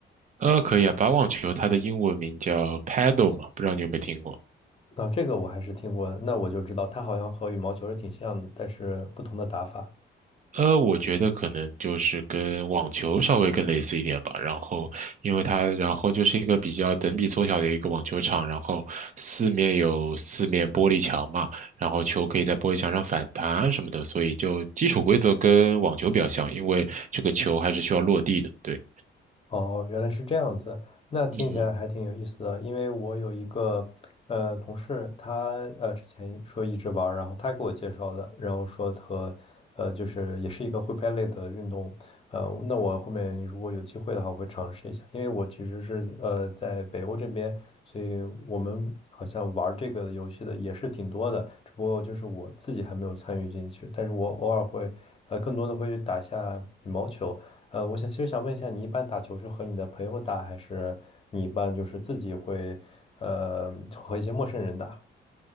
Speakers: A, on the right; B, on the left.
A: 呃，可以啊，把网球它的英文名叫 paddle 嘛，不知道你有没有听过？
B: 啊，这个我还是听过的，那我就知道它好像和羽毛球是挺像的，但是不同的打法。
A: 呃，我觉得可能就是跟网球稍微更类似一点吧。然后，因为它，然后就是一个比较等比缩小的一个网球场，然后四面有四面玻璃墙嘛，然后球可以在玻璃墙上反弹什么的，所以就基础规则跟网球比较像，因为这个球还是需要落地的。对，
B: 哦，原来是这样子，那听起来还挺有意思的。
A: 嗯
B: 因为我有一个呃同事，他呃之前说一直玩儿然后他给我介绍的，然后说和呃就是也是一个挥拍类的运动，呃，那我后面如果有机会的话，我会尝试一下。因为我其实是呃在北欧这边，所以我们好像玩儿这个游戏的也是挺多的，只不过就是我自己还没有参与进去，但是我偶尔会呃更多的会打一下羽毛球。呃，我想其实想问一下，你一般打球是和你的朋友打，还是你一般就是自己会，呃，和一些陌生人打？